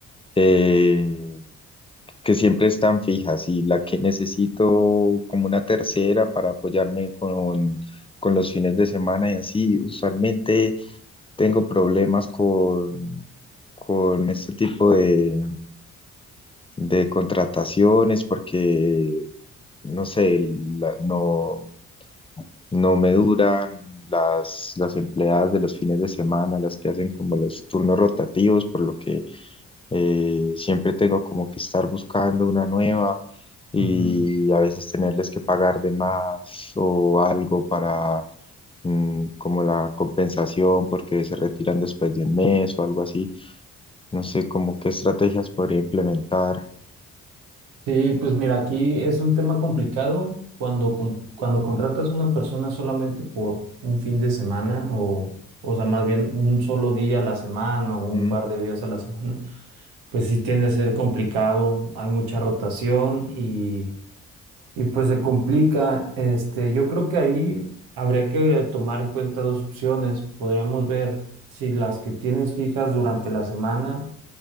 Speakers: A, on the left; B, on the right.
A: eh, que siempre están fijas y la que necesito como una tercera para apoyarme con, con los fines de semana y así, usualmente tengo problemas con, con este tipo de, de contrataciones porque, no sé, la- no, no me duran. Las, las empleadas de los fines de semana, las que hacen como los turnos rotativos, por lo que eh, siempre tengo como que estar buscando una nueva y
B: Ujú.
A: a veces tenerles que pagar de más o algo para mm, como la compensación porque se retiran después de un mes o algo así. No sé como qué estrategias podría implementar.
B: Sí, pues mira, aquí es un tema complicado cuando, con- cuando contratas a una persona solamente por un fin de semana o, o sea, más bien un solo día a la semana
A: Ujú.
B: o un par de días a la semana, pues sí tiende a ser complicado, hay mucha rotación y, y pues se complica. Este, yo creo que ahí habría que tomar en cuenta dos opciones. Podríamos ver si las que tienes fijas durante la semana